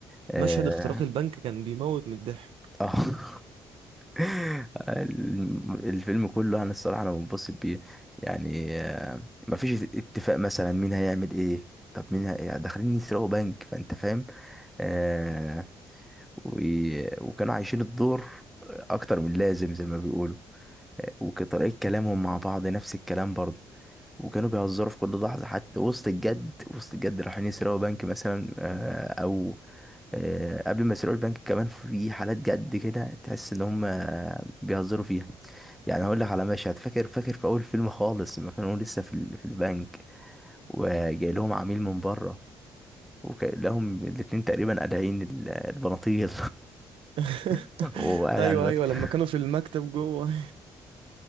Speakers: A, in the centre; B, on the right.
A: اه
B: مشهد اختراق البنك كان بيموت من الضحك
A: آه. <laughs> الم- الفيلم كله انا الصراحة انا منبسط بيه يعني آه مفيش اتفاق مثلا مين هيعمل ايه طب مين هي... داخلين يسرقوا بنك فانت فاهم آه و... وكانوا عايشين الدور اكتر من لازم زي ما بيقولوا وطريقة كلامهم مع بعض نفس الكلام برضه وكانوا بيهزروا في كل لحظة حتى وسط الجد وسط الجد رايحين يسرقوا بنك مثلا آه، أو آه، قبل ما يسرقوا البنك كمان في حالات جد كده تحس إن هم آه، بيهزروا فيها يعني هقول لك على مشهد فاكر فاكر في أول فيلم خالص لما كانوا لسه في ال- في البنك وجاي لهم عميل من بره وكلهم الاتنين تقريبا قادعين ال- البناطيل
B: <laughs>
A: <laughs> وقاعد
B: ايوه
A: على المكتب
B: ايوه لما
A: <laughs>
B: كانوا في المكتب جوه